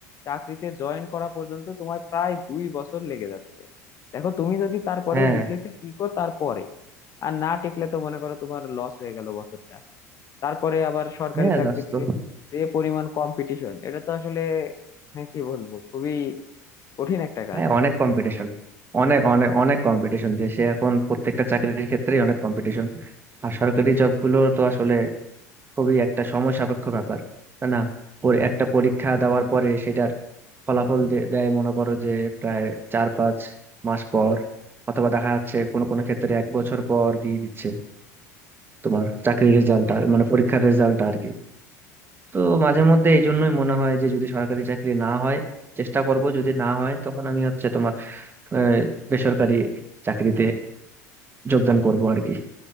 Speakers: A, on the left; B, on the right.
A: চাকরিতে জয়েন করা পর্যন্ত তোমার প্রায় দুই বছর লেগে যাচ্ছে দেখো তুমি যদি তারপরেও
B: হ্যাঁ
A: বিসিএস এ টিকো তারপরে আর না টিকলে তো মনে করো তোমার লস হয়ে গেল বছরটা তারপরে আবার সরকারি
B: হ্যাঁ
A: চাকরিতে
B: দাস তো
A: যে পরিমাণ কম্পিটিশন এটা তো আসলে মানে কি বলবো খুবই কঠিন একটা কাজ
B: হ্যাঁ অনেক
A: তারপরেও
B: কম্পিটিশন অনেক অনেক অনেক কম্পিটিশন দেশে এখন প্রত্যেকটা চাকরির ক্ষেত্রেই অনেক কম্পিটিশন আর সরকারি জবগুলো তো আসলে খুবই একটা সময় সাপেক্ষ ব্যাপার তাই না পরে- একটা পরীক্ষা দেওয়ার পরে সেটার ফলাফল দে- দেয় মনে করো যে প্রায় চার পাঁচ মাস পর অথবা দেখা যাচ্ছে কোনো কোনো ক্ষেত্রে এক বছর পর দিয়ে দিচ্ছে তোমার চাকরির রেজাল্টটা মানে পরীক্ষার রেজাল্টটা আর কি তো মাঝে মধ্যে এই জন্যই মনে হয় যে যদি সরকারি চাকরি না হয় চেষ্টা করব যদি না হয় তখন আমি হচ্ছে তোমার আহ, বেসরকারি চাকরিতে যোগদান করব আর কি